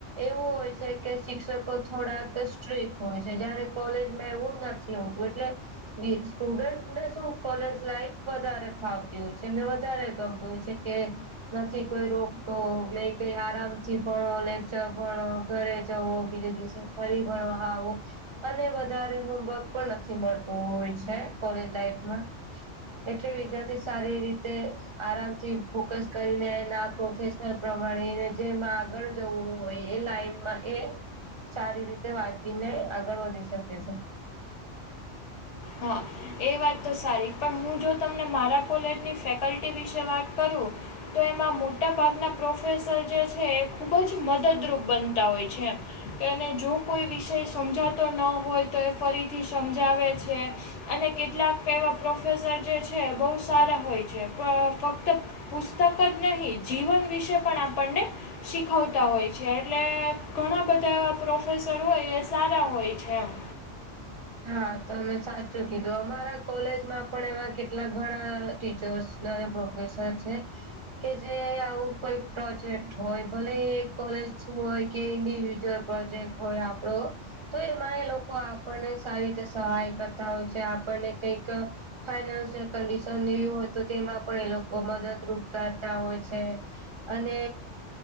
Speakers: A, on the right; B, on the left.
A: એવું હોય છે કે શિક્ષકો થોડાક સ્ટ્રીક હોય છે જયારે કોલેજમાં એવું નથી એવ હતું એટલે સ્ટુડન્ટને શું કોલેજ લાઈફ વધારે ફાવતી હોય છે એમને વધારે ગમ છે હ નથી કોઈ રોગતો ક કઈ આરામ થી ભણો લેકચર ભણો ઘરે જવો બીજે દિવસે ફરીબળવા આવો અને વધારે હોમવર્ક પણ નથી મળતું હોય છે કોલેજ લાઈફમાં એટલે વિદ્યાર્થી સારી રીતે આરામથી ફોકસ કરીને એ પ્રોફેશનલ પ્રમાણે એને જેમાં આગળ જવું હોય એ લાઈનમાં એ સારી રીતે વાંચીને આગળ વધી શકે છે
B: હા એ વાત તો સારી પણ હું જો તમને મારા કોલેજની ફેકલ્ટી વિશે વાત કરું તો એમાં મોટા ભાગના પ્રોફેસર જે છે એ ખુબ જ મદદરૂપ બનતા હોય છે એને જો કોઈ વિષય સમજાતો ન હોય તો એ ફરીથી સમજાવે છે અને કેટલાક એવા પ્રોફેસર જે છે બહુ સારા હોય છે પણ ફક્ત પુસ્તક જ નહીં જીવન વિશે પણ આપણને શીખવતા હોય છે એટલે ઘણા બધા એવા પ્રોફેસરો હોય એ સારા હોય છે આમ
A: હા તોમે સાચું કીધું અમારા કોલેજમાં પણ એવા કેટલા ઘણા ટીચર્સ ના પ્રોફેસર છે કે જે આવું કોઈ પ્રોજેક્ટ હોય ભલે એ કોલેજ હોય કે ઇન્ડિવિજુઅલ પ્રોજેક્ટ હોય આપડો તો એમાં એ લોકો આપણને સારી રીતે સહાય કરતા હોય છે આપણને કઈક ફાઈનાન્શિયલ કન્ડિશન જેવવી હોય તો તેમાં પણ એ લોકો મદદરૂૂપ કરતા હોય છે અને